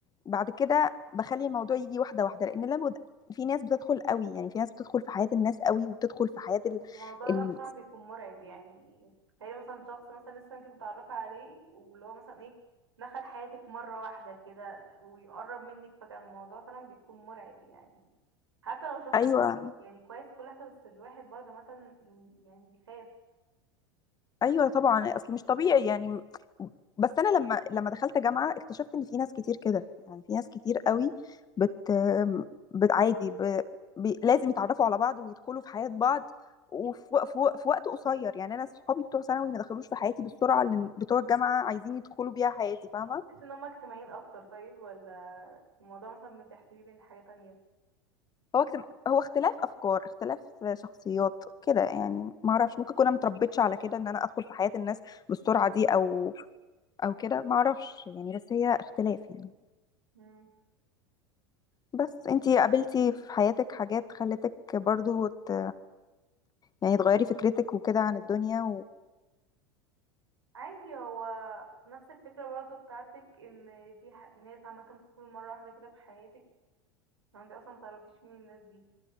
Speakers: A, on the left; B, on the right.
A: بعد كده بخلي الموضوع يجي واحدة واحدة لان لو د- في ناس بتدخل قوي يعني في ناس بتدخل في حياة الناس قوي وتدخل في حياة ال...
B: الموضوع
A: ال...
B: ده بصراحة بيكون مرعب يعني تخيلي مثلا شخص مثلا لسه انت متعرفة عليه واللي هو مثلا ايه دخل حياتك مرة واحدة كده ويقرب منك فجأة الموضوع فعلا بيكون مرعب يعني حتى لو شخص
A: ايوه
B: ده مثلا يعني كويس كل حاجة بس الواحد برضه مثلا يعني بيخاف
A: ايوه طبعا اصل مش طبيعي يعني بس انا لما لما دخلت جامعه اكتشفت ان في ناس كتير كده يعني في ناس كتير قوي بت بت- عادي ب... ب... لازم يتعرفوا على بعض ويدخلوا في حياه بعض وفي وق- في وق- في وقت قصير يعني انا صحابي بتوع ثانوي ما دخلوش في حياتي بالسرعه اللي بتوع الجامعه عايزين يدخلوا بيها حياتي فاهمه
B: تحس ان هما اجتماعيين اكتر طيب ولا الموضوع مثلا بتحسبيه بين حاجة تانية
A: هو اكتم... هو اختلاف افكار اختلاف شخصيات كده يعني ما اعرفش ممكن اكون أنا متربيتش على كده ان انا ادخل في حياه الناس بالسرعه دي او او كده ما اعرفش يعني بس هي اختلاف يعني
B: مم.
A: بس انتي قابلتي في حياتك حاجات خلتك برضو ت... يعني تغيري فكرتك وكده عن الدنيا
B: عادي هو نفس الفكرة برضه بتاعتك ان في ح- ناس عامة بتكون مرة واحدة كده في حياتك لو انت اصلا متعرفيش مين الناس دي